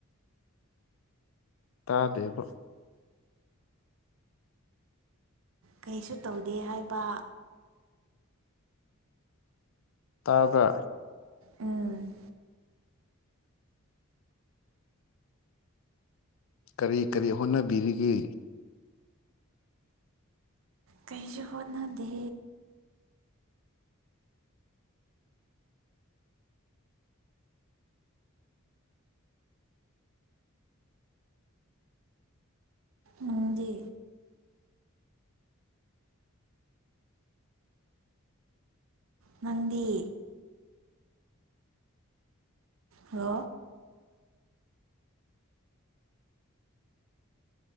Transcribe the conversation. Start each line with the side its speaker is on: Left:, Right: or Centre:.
Left: ꯇꯥꯗꯦꯕ
Right: ꯀꯩꯁꯨ ꯇꯧꯗꯦ ꯍꯥꯏꯕ
Left: ꯇꯥꯕ
Right: ꯎꯝ
Left: ꯀꯔꯤ ꯀꯔꯤ ꯍꯣꯠꯅꯕꯤꯔꯤꯒꯦ
Right: ꯀꯩꯁꯨ ꯍꯣꯠꯅꯗꯦ ꯃꯟꯗꯤ ꯃꯗꯤ ꯍꯣ